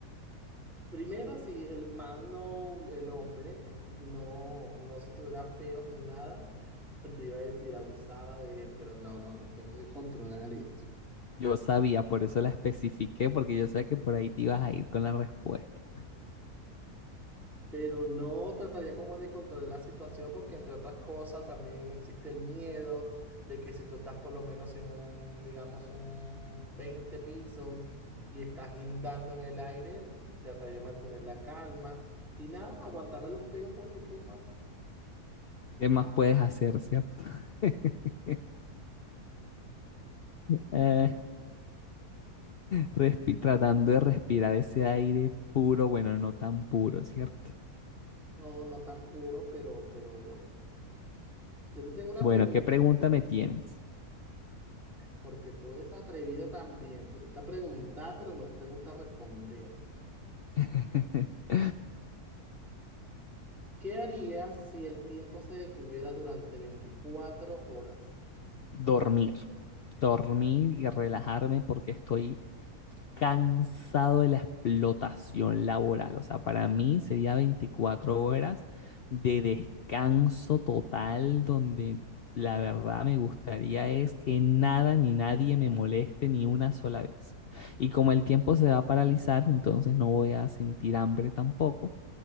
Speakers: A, in the centre; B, on the left.
A: Primero, si el man no, el hombre no, no se tuviera peos ni nada, <laughs> te iba a decir abusaba de él, pero no, no, no, tengo que controlar eso.
B: Yo sabía, por eso la especifiqué, porque yo sabía que por ahí te ibas a ir con la respuesta.
A: pero no trataría como de controlar la situación porque entre otras cosas también existe el miedo de que si tú estás por lo menos en un, digamos, un 20 pisos y estás guindando en el aire, trataría de mantener la calma y nada, aguantarme los pegos porque qué más,
B: ¿Qué más puedes hacer, cierto? <laughs> Eh, respi- tratando de respirar ese aire puro, bueno, no tan puro, ¿cierto?
A: no, no tan puro, pero, pero bueno. Yo te tengo una
B: Bueno,
A: pregunta,
B: ¿qué pregunta me tienes?
A: porque tú eres atrevido también, te gusta preguntar, pero no te gusta responder.
B: <laughs>
A: ¿Qué harías si el tiempo se detuviera durante 24 horas?
B: Dormir. dormir y relajarme porque estoy cansado de la explotación laboral. O sea, para mí sería 24 horas de descanso total donde la verdad me gustaría es que nada ni nadie me moleste ni una sola vez. Y como el tiempo se va a paralizar, entonces no voy a sentir hambre tampoco.